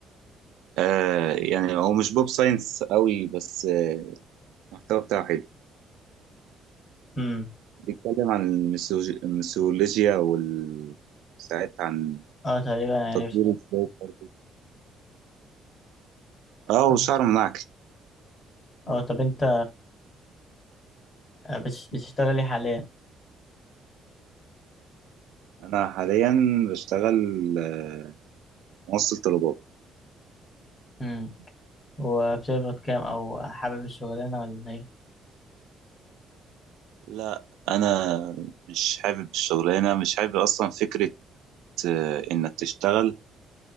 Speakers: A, on the right; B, on the left.
A: آه يعني هو مش بوب ساينس قوي بس آه، المحتوى بتاعه حلو
B: امم
A: بيتكلم عن الميثولوج- الميثولوجيا وال ساعات عن
B: اه تقريبا عرفت
A: تطوير الذات برضه. اه
B: طب-
A: وشعر منعكس
B: اه طب انت آه، بتش- بتشتغلي حاليا
A: انا حاليا بشتغل آه، موصل طلبات
B: امم وبتقبض كام او حابب الشغلانه ولا ايه
A: لا انا مش حابب الشغلانه مش حابب اصلا فكره آه، انك تشتغل